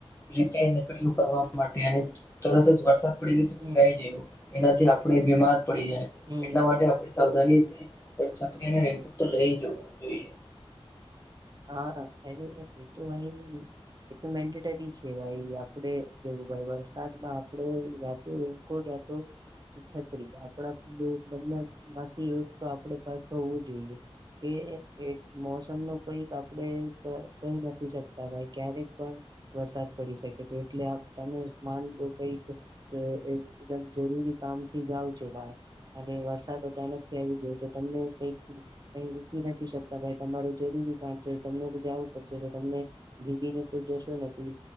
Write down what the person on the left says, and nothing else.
રીતે નીકળીયુ કરવા માટે અને તરત જ વરસાદ આપડી રીત
ભીગાઈ જયું એનાથી આપણે બીમાર પડી જાય
એટલા માટે આપણે સાવધાની થી એક છત્રી અને રેનકુટ તો લઈ જવું જોઈએ.